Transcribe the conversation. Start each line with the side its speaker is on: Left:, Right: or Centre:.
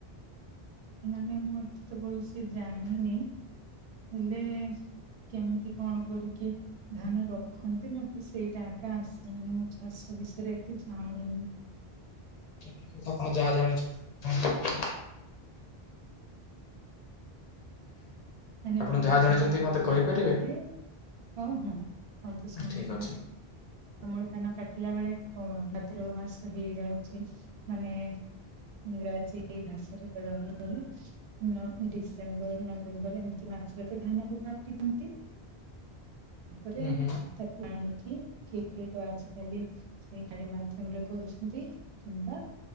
Right: ନାଁ ମୁଁ ଏତେତ ଭଲସେ ଜାଣିନି ହେଲେ କେମିତି କଣ କରିକି ଧାନ ରଖନ୍ତି ମତେ ସେଇଟା ଆକା ଆସେନି ଚାଷ ବିଷୟରେ ଏତେ ଜାଣିନି।
Left: ଏ କି କଥା ଆପଣ ଯାହା ଜାଣିଛନ୍ତି ବୁଝାନ୍ତୁ।
Right: ମାନେ
Left: ଆପଣ
Right: ଅମଳ
Left: ଯାହା ଜାଣିଚନ୍ତି
Right: ଧାନ କାଟିଲା
Left: ମତେ କହିପାରିବେ?
Right: ପରେ ହଁ ହଁ ହଁ ତ ଶୁଣନ୍ତୁ
Left: ଆଁ ଠିକ୍ ଅଛି।
Right: ଅମଳ ଧାନ କାଟିଲା ବେଳେ କଣ ଭାଦ୍ରବ ମାସ ହେଇଯାଉଚି ମାନେ ଇଂରାଜୀ ଭାଷା ତ କହିବା କଥା ନୁହୁଁ। ଡିସେମ୍ବର ନଭେମ୍ବର ଏମିତି ମାସରେ ତ ଧାନ କୁ କାଟିଥାନ୍ତି। ପରେ
Left: ହୁଁ ହୁଁ
Right: ତାକୁ ଆଣିକି କିଏ କିଏ ତ ଆଜିକାଲି ସେଇ ଗାଡି ମାଧ୍ୟମରେ କରୁଛନ୍ତି କିମ୍ବା